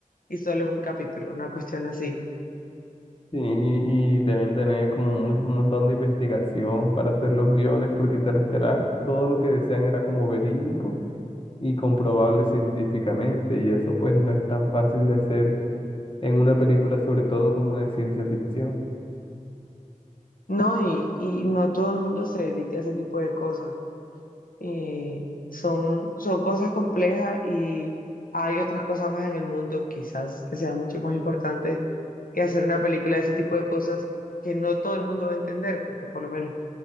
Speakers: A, on the left; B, on the left.
A: y solo es un capítulo, una cuestión así.
B: Sí, y deben tener como un, mon- un montón de investigación para hacer los guiones, porque Interestelar, todo lo que decían era como verídico y comprobable científicamente, y eso pues no es tan fácil de hacer en una película, sobre todo como de ciencia ficción.
A: No, y, y no todo el mundo se dedica a ese tipo de cosas. Eh, son, son cosas complejas y hay otras cosas más en el mundo, quizás que sean mucho más importantes que hacer una película de ese tipo de cosas que no todo el mundo va a entender, porque por lo menos